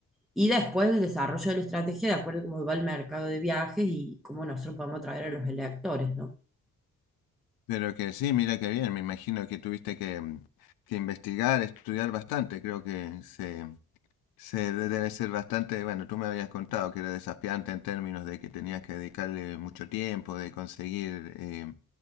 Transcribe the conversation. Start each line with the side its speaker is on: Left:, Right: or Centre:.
Centre: y después el desarrollo de la estrategia de acuerdo a cómo va el mercado de viajes y cómo nosotros podemos atraer a los electores, ¿no?
Left: Pero que sí, mira que bien, me imagino que tuviste que, mm, que investigar, estudiar bastante, creo que se, se de- debe ser bastante, bueno, tú me habías contado que era desafiante en términos de que tenías que dedicarle mucho tiempo, de conseguir eh,